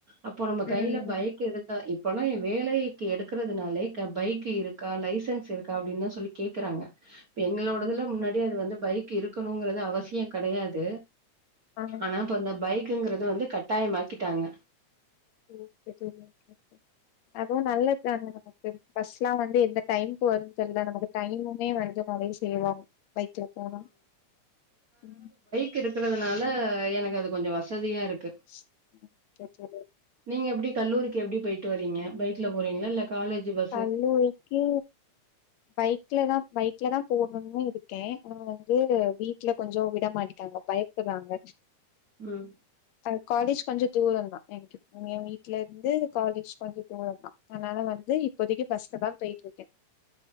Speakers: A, on the right (about 45°); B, on the left (about 75°).
A: அப்போ நம்ம கைல
B: ம்
A: பைக் எடுத் தா இப்பல்லா ஏ வேலைக்கு எடுக்குறதுனாலே க பைக்கு இருக்கா லைசன்ஸ் இருக்கா அப்டின்தா சொல்லி கேக்குறாங்க ப் எங்களோடதுல
B: ஆமா
A: முன்னடி
B: தோழி
A: அது வந்து பைக் இருக்கணுங்குறது அவசிய கடையாது
B: ஆ
A: ஆனா போ அந்த பைக்குங்குறது வந்து கட்டாயம் ஆக்கிட்டாங்க
B: ம் தெரிய்ல கேப்ப் அதுவு நல்லத்தாங்க நமக் ஃபஸ்லா வந்து எந்த டைம்க் வருன் தெர்ல நமக்கு டைமுமே வந்து நறைய் சேவாவு பைக்ல போனா ம்
A: கிருக்குறதுனால எனக்கு அது கொஞ்ச வசதியாருக்கு
B: <unintelligible>
A: நீங்க எப்டி கல்லூரிக்கு எப்டி போயிட்டு வரீங்க பைக்ல போறீங்ளா இல்ல காலேஜு ப
B: கல்லூரிக்கி பைக்லதா பைக்லதா போணு இருக்கே அனா வந்து வீட் ட்ல கொஞ்சோ விட மாட்டிக்காங்க பயப்புறாங்க
A: ம்
B: அது காலேஜ் கொஞ்ச தூரந்தா என்க்கு உண்மயாவீ ட்லர்ந்து காலேஜ் கொஞ்ச தூரந்தா அத்னால வந்து இப் ப்போதிக்கி பஸ்லதா பெய்ட்ருக்கே